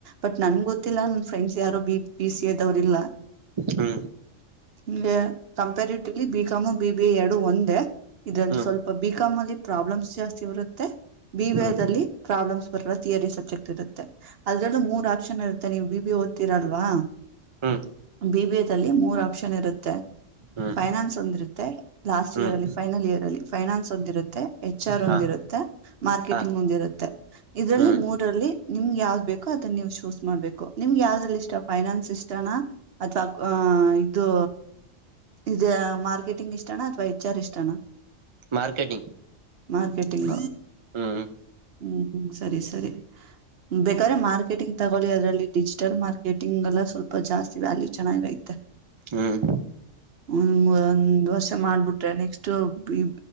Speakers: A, on the right; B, on the right.
A: ಬಟ್ ನನ್ ಗೊತ್ತಿಲ್ಲ ನ ಫ್ರೆಂಡ್ಸ್ ಯಾರೋ ಬಿ ಸಿ ಎದವ್ರಲ್ಲಾ
B: ಹ್ಮ
A: ಇ comparatively B com B B ಎರಡು ಒಂದೇ ಇದ್ರಲ್ಲಿ
B: ಹ್ಮ್
A: ಸ್ವಲ್ಪ ಬಿಿಕಾಮ್ ಅಲ್ಲಿ ಪ್ರಾಬ್ಲಮ್ಸ್ ಜಾಸ್ತಿ ಇರುತ್ತೆ ಬಿಬಲ್ಲಿ
B: ಹ್ಮ್
A: ಪ್ರಾಬ್ಲಮ್ಸ್ ಬರಲ್ಲ ಥಿಯರಿ ಸಬ್ಜೆಕ್ಟ್ ಇರುತ್ತೆ ಅದ್ರಲ್ಲೂ ಮೂರ್ ಆಪ್ಷನ್ ಇರುತ್ತೆ ನೀವು್ ಬಿ ಬಿ ಓ್ತಿರಲ್ವಾ
B: ಹ್ಮ
A: ಬಿಬಿಎ ದಲ್ಲಿ ಮೂರ್ ಆಪ್ಷನ್ ಇರುತ್ತೆ
B: ಹ್ಮ್
A: ಫೈನಾನ್ಸ್ ಒಂದಿರುತ್ತೆ ಲಾಸ್ಟ್
B: ಹ್ಮ್
A: ಇಯರ್ ಅಲ್ಲಿ ಫೈನಲ್ ಇಯರ್ ಅಲ್ಲಿ ಫೈನಾನ್ಸ್ ಒಂದಿರುತ್ತೆ ಎಚ್ ಆರ್
B: ಹಾ
A: ಒಂದಿರುತ್ತೆ ಮಾರ್ಕೆಟಿಂಗ್
B: ಹಾ
A: ಒಂದಿ ಇರುತ್ತೆ ಇದರಲ್ಲಿ
B: ಹ್ಮ್
A: ಮೂರಲ್ಲಿ ನಿಮ್ಗೆ ಯಾವ್ದ್ ಬೇಕ ಅದನ್ನ ನೀ್ ಚೂಸ್ ಮಾಡ್ಬೇಕು ನಿಮ್ಗೆ ಯಾವ್ದಲ್ಲಿ ಇಷ್ಟ ಫೈನಾನ್ಸ್ ಇಷ್ಟನಾ ಅಥವಾ ಆ ಇದು ಇ ಮಾರ್ಕೆಟಿಂಗ್ ಇಷ್ಟಣ ಅಥವಾ ಹೆಚ್ ಆರ್ ಇಷ್ಟಣ
B: ಮಾರ್ಕೆಟಿಂಗ್
A: ಮಾರ್ಕೆಟ್ಟಿಂಗ್
B: ಹ್ಮ್
A: ಹ್ಮ್ ಹ್ಮ್ ಸರಿ ಸರಿ ಬೇಕಾದ್ರೆ ಮಾರ್ಕೆಟಿಂಗ್ ತಗೊಳ್ಳಿ ಅದ್ರಲ್ಲಿ ಡಿಜಿಟಲ್ ಮಾರ್ಕೆಟಿಂಗ್ ಗೆಲ್ಲ ಸ್ವಲ್ಪ ಜಾಸ್ತಿ ವ್ಯಾಲ್ಯೂ ಚೆನ್ನಾಗಿ ಐತೆ
B: ಹ್ಮ್
A: ಒ ಒಂದ್ ವರ್ಷ ಮಾಡ್ಬಿಟ್ರೆ ನೆಕ್ಸ್ಟ್ ಬಿ